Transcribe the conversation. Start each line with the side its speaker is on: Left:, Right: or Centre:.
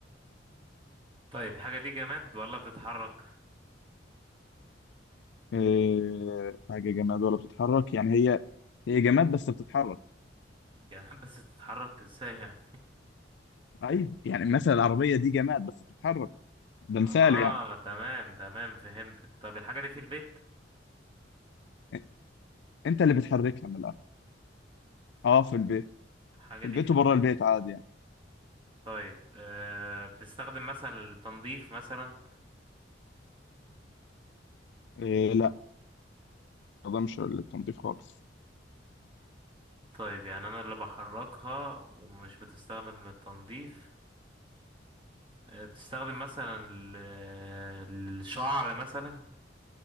Right: طيب حاجة دي جماد ولا بتتحرك
Left: إيه حاجة جماد ولا بتتحرك يعني هي هي جماد بس بتتحرك
Right: جمال بس تتحرك ازاي يعني
Left: أيوة يعني مثلا العربية دي جماد بس بتتحرك ده
Right: اه
Left: مثال يعني
Right: تمام تمام فهمتك طب الحاجة دي في البيت
Left: إ- أنت اللي بتحركها من الآخر أه في البيت
Right: الحاجة
Left: في
Right: دي
Left: البيت
Right: في
Left: وبره
Right: البيت
Left: البيت عادي يعني
Right: طيب آه بتستخدم مثلا للتنظيف مثلا
Left: إيه لا ده مش للتنظيف خالص
Right: طيب يعني انا اللي بحركها ومش بتستخدم للتنظيف آه بتستخدم مثلا ل- للشعر مثلا